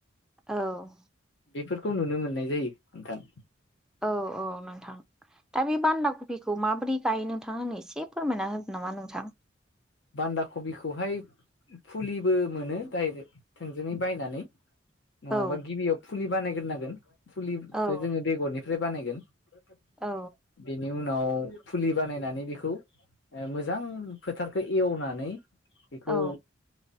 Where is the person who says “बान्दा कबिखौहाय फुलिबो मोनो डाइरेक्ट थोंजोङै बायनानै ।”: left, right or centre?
Left